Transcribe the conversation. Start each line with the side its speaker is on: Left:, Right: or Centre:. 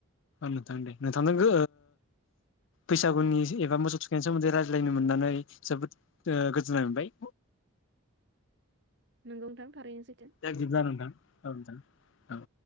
Left: नोंथां दे नोंथांनो ओ बैसागुनि एबा मोसौ थुखायनायनि सोमोन्दै रायज्लायनो मोननानै जोबोद ओ गोजोननाय मोनबाय।
Right: नंगौ नोंथां। थारैनो सैथो
Left: दे बिदिब्ला नोंथां। औ नोंथां औ।